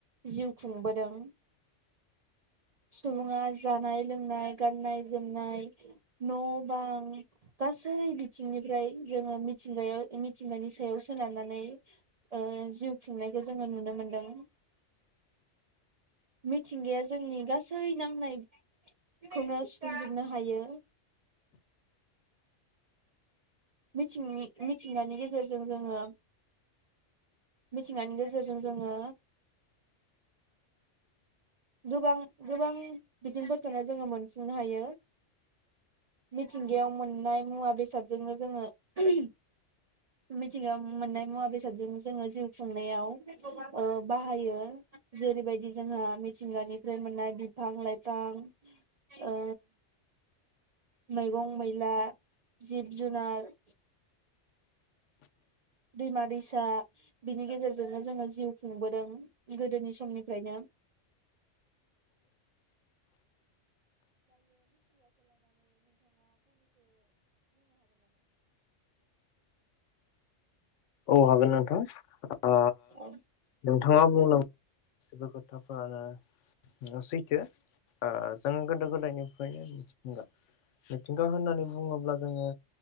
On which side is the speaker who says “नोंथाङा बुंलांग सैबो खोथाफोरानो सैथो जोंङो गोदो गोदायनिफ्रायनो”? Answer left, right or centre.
Left